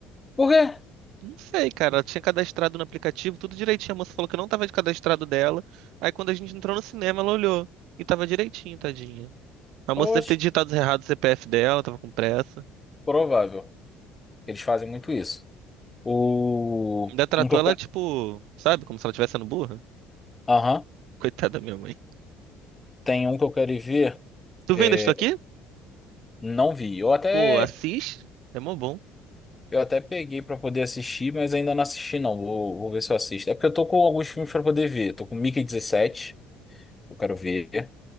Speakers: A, on the left (about 20°); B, on the right (about 75°).
A: por quê?
B: Não sei, cara. Ela tinha cadastrado no aplicativo, tudo direitinho. A moça falou que não tava de cadastrado dela. Aí quando a gente entrou no cinema, ela olhou. E tava direitinho, tadinha. A moça
A: Oxe,
B: deve ter digitado errado o CPF dela, tava com pressa.
A: provável. Eles fazem muito isso. O...
B: Ainda tratou
A: Um que eu
B: ela,
A: quero...
B: tipo, sabe, como se ela estivesse sendo burra.
A: Aham.
B: Coitada da minha mãe.
A: Tem um que eu quero ir ver.
B: Tu
A: é,
B: vendo estou aqui?
A: Não vi. Eu até
B: Pô, assiste. É mó bom.
A: Eu até peguei pra poder assistir, mas ainda não assisti, não. Vou, vou ver se eu assisto. É porque eu tô com alguns filmes pra poder ver. Tô com Mickey dezessete. eu quero ver.